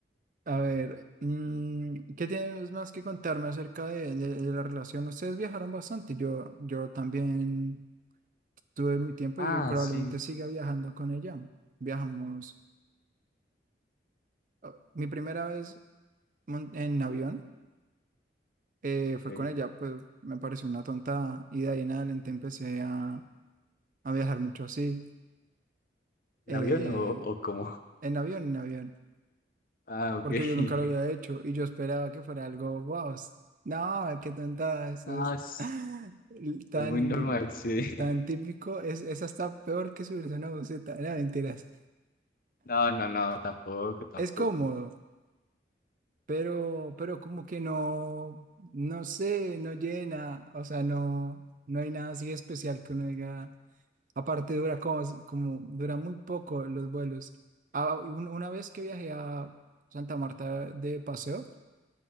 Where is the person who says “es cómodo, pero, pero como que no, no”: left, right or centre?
Right